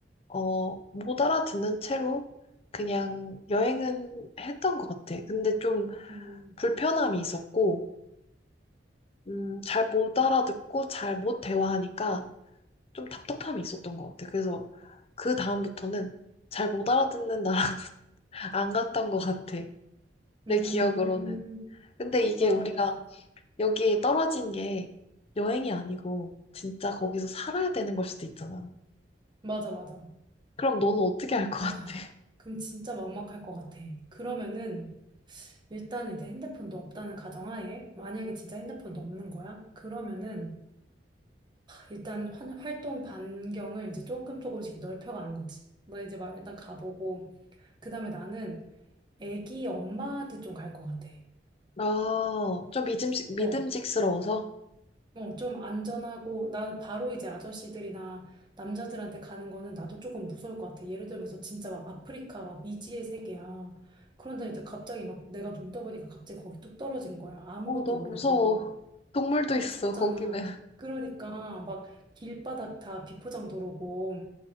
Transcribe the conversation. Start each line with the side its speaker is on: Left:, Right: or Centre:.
Left: 어, 못 알아듣는 채로 그냥 여행은 했던 것 같아. 근데 좀
Right: 음.
Left: 불편함이 있었고, 음, 잘 못 알아듣고 잘 못 대화하니까 좀 답답함이 있었던 것 같아. 그래서 그 다음부터는 잘 못 알아듣는 나라도 <laughs> 안 갔던 것 같아. 내
Right: 음.
Left: 기억으로는. 근데 이게
Right: 맞아,
Left: 우리가
Right: 맞아.
Left: 여기에 떨어진 게 여행이 아니고 진짜 거기서 살아야 되는 걸 수도 있잖아.
Right: 맞아, 맞아.
Left: 그럼 너는 어떻게 할 것 같아?
Right: 와. 그럼 진짜 막막할 것 같아. 그러면은 일단은 이제 핸드폰도 없다는 가정하에 만약에 진짜 핸드폰도 없는 거야? 그러면은 일단 환- 활동 반경을 이제 조금 조금씩 넓혀가는 거지. 나 이제 막 일단 가보고 그다음에 나는 애기 엄마한테 좀 갈 것 같아.
Left: 나 좀 믿음직, 믿음직스러워서?
Right: 어, 어, 좀 안전하고 나는 바로 이제 아저씨들이나 남자들한테 가는 거는 나도 조금 무서울 것 같아. 예를 들면서 진짜 막 아프리카 막 미지의 세계야. 그런데 이제 갑자기 막 내가 눈 떠보니까 갑자기 거기 뚝 떨어진 거야. 아무것도
Left: 어, 너무
Right: 모르고
Left: 무서워. 동물도
Right: 어,
Left: 있어,
Right: 무섭잖아.
Left: 거기는.
Right: 그러니까 막 길바닥 다 비포장 도로고